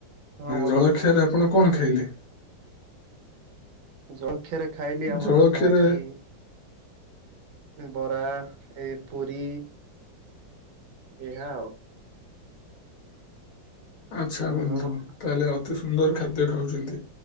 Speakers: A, on the right (about 80°); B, on the left (about 55°).
A: ହଁ ବନ୍ଧୁ
B: ଜଳଖିଆରେ ଆପଣ କଣ ଖାଇଲେ?
A: ଜଳଖ୍ୟାରେ ଖାଇଲି ଆମର
B: ଜଳଖିଆରେ
A: ଯାହାକି ବରା ଏ ପୁରୀ ଏଆ ଆଉ।
B: ଆଚ୍ଛା ବନ୍ଧୁ
A: ଆଉ ହୁଁ
B: ତାହେଲେ ଅତି ସୁନ୍ଦର ଖାଦ୍ୟ ଖାଉଚନ୍ତି।